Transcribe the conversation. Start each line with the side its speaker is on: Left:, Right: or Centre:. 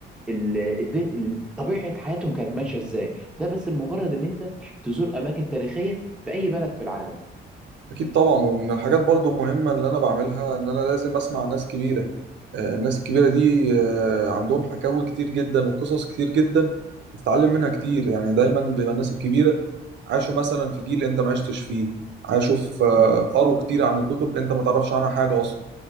Centre: ال- الدن... ال- طبيعة حياتهم كانت ماشية ازاي ده بس بمجرد ان انت تزور اماكن تاريخية في اي بلد في العالم
Right: أكيد طبعا ومن الحاجات برضو المهمة اللي أنا بعملها إن أنا لازم أسمع ناس كبيرة آه، الناس الكبيرة دي آه، عندهم حكاوي كتير جدا وقصص كتير جدا بتتعلم منها كتير يعني دايما بيبقى الناس الكبيرة عاشوا مثلا في جيل أنت ما عشتش فيه عاشوا في آه،
Centre: مم.
Right: قروا كتير عن الكتب أنت ما تعرفش عنها حاجة أصلا